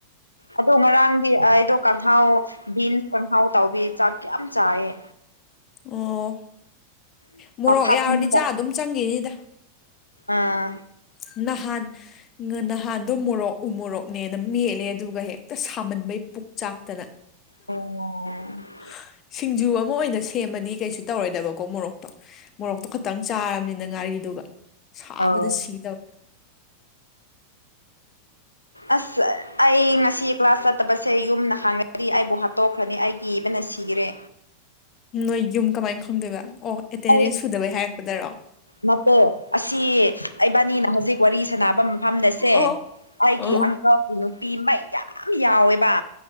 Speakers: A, on the left; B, on the left.
A: ꯑꯗꯣ ꯉꯔꯥꯡꯗꯤ ꯑꯩꯗꯣ ꯀꯥꯡꯍꯧ ꯕꯤꯟ ꯀꯥꯡꯍꯧ ꯇꯧꯕꯤ ꯆꯥꯛ ꯌꯥꯝ ꯆꯥꯏꯌꯦ
B: ꯑꯣ ꯃꯣꯔꯣꯛ
A: ꯈꯥꯗꯤꯡꯒ
B: ꯌꯥꯎꯔꯗꯤ ꯆꯥꯛ ꯑꯗꯨꯝ ꯆꯪꯒꯤꯅꯤꯗ
A: ꯑꯥ
B: ꯅꯍꯥꯟ ꯉ ꯅꯍꯥꯟꯗꯣ ꯃꯣꯔꯣꯛ ꯎ ꯃꯣꯔꯣꯛꯅꯦꯅ ꯃꯦꯠꯂꯦ ꯑꯗꯨꯒ ꯍꯦꯛꯇ ꯁꯥꯃꯟꯕꯩ ꯄꯨꯛ ꯆꯥꯛꯇꯅ
A: ꯎꯝ
B: ꯍ ꯁꯤꯡꯖꯨ ꯑꯃ ꯑꯣꯏꯅ ꯁꯦꯝꯃꯗꯤ ꯀꯩꯁꯨ ꯇꯧꯔꯣꯏꯗꯕꯀꯣ ꯃꯣꯔꯣꯛꯇꯣ ꯃꯣꯔꯣꯛꯇꯣ ꯈꯇꯪ ꯆꯥꯔꯕꯅꯤꯅ ꯉꯥꯔꯤꯗꯨꯒ ꯁꯥꯕꯗ
A: ꯑꯣ
B: ꯁꯤ ꯇꯧꯏ
A: ꯑꯁ ꯑꯩ ꯉꯁꯤ ꯀ꯭ꯂꯥꯁ ꯆꯠꯇꯕꯁꯦ ꯌꯨꯝꯅ ꯍꯥꯡꯅꯗꯤ ꯑꯩꯕꯨ ꯍꯥꯠꯇꯣꯛꯈ꯭ꯔꯅꯤ ꯑꯩ ꯀꯤꯕꯅ ꯁꯤꯔꯦ
B: ꯅꯣꯏ ꯌꯨꯝ ꯀꯃꯥꯏꯅ ꯈꯪꯗꯣꯏꯕ ꯑꯣ ꯑꯦꯇꯦꯟꯗꯦꯟꯁ
A: ꯑꯩ
B: ꯁꯨꯗꯕꯩ ꯍꯥꯏꯔꯛꯄꯗꯔꯣ
A: ꯅꯠꯇꯦ ꯑꯁꯤ ꯑꯩꯕꯥꯅꯤꯅ ꯍꯧꯖꯤꯛ ꯋꯥꯔꯤ ꯁꯥꯟꯅꯕ ꯃ ꯐꯝꯗꯁꯦ
B: ꯑꯣ
A: ꯑꯩꯒꯤ
B: ꯑꯣ
A: ꯑꯪꯀꯜꯒꯤ ꯅꯨꯄꯤ ꯃꯌꯥꯝ ꯌꯥꯎꯋꯦꯕ